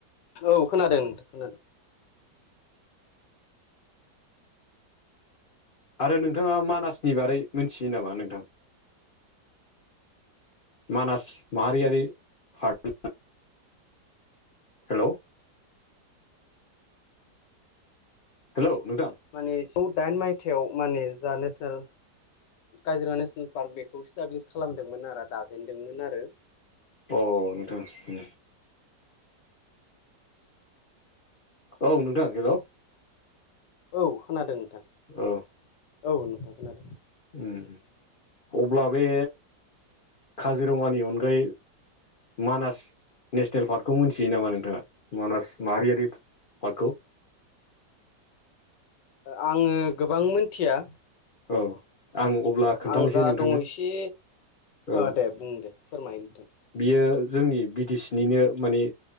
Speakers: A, on the left (about 80°); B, on the left (about 45°).
A: औ खोनादों नोंथां खोनादों
B: आरो नोंथाङा मानासनि बारै मोनथियो नामा नोंथां। मानास माहारियारि फार्कनि हेल' हेलौ नोंथां
A: माने नैजौ दाइन मायथाइयाव माने जा नेसनेल काजिरङा नेसनेल पार्क बेखौ इस्टाब्लिस खालामदोंमोन आरो दाजेनदोंमोन आरो
B: अ नोंथां उम औ नोंथां हेल'।
A: औ खोनादों नोंथां
B: औ
A: औ नोंथां खोनादों।
B: उम अब्ला बे काजिरङानि अनगायै मानास नेसनेल पार्कखौ मोनथियो नामा नोंथाङा मानास माहारियारि पार्कखौ
A: आङो गोबां मिथिया
B: औ आं अब्ला खोन्थानोसै
A: आं जा
B: नोंथांनो
A: दङ एसे
B: औ
A: अ दे बुं दे फोरमाय नोंथां
B: बियो जोंनि बि टि सि निनो माने